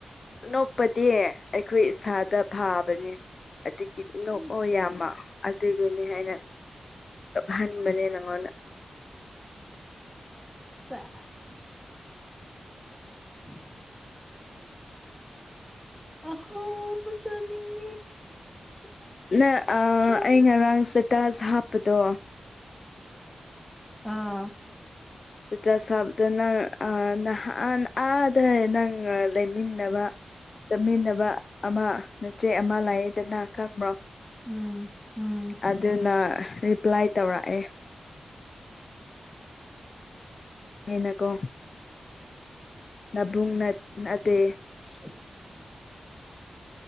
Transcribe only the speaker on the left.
ꯅꯣꯛꯄꯗꯤ ꯑꯩꯈꯣꯏ ꯏꯁꯥꯗ ꯐꯥꯕꯅꯦ ꯑꯗꯨꯒꯤ ꯅꯣꯛꯑꯣ
ꯌꯥꯝꯃ ꯑꯗꯨꯒꯤꯅꯤ ꯑꯩꯅ
ꯍꯟꯕꯅꯦ ꯅꯪꯉꯣꯟꯗ
ꯅꯥ ꯑꯥ
ꯑꯩ ꯉꯔꯥꯡ ꯁ꯭ꯇꯦꯇꯁ ꯍꯥꯞꯄꯗꯣ
ꯁ꯭ꯇꯦꯇꯁ ꯍꯥꯞꯄꯗ ꯅꯪ ꯑꯥ ꯅꯍꯥꯟ ꯑꯥꯗ ꯅꯪ ꯂꯩꯃꯤꯟꯅꯕ ꯆꯥꯃꯤꯟꯅꯕ ꯑꯃ ꯅꯆꯦ ꯑꯃ ꯂꯩꯌꯦꯗꯅ ꯈꯪꯕ꯭ꯔꯣ
ꯑꯗꯨꯅ ꯔꯤꯄ꯭ꯂꯥꯏ ꯇꯧꯔꯛꯑꯦ ꯌꯦꯅꯀꯣ ꯅꯕꯨꯡ ꯅꯠꯇꯦ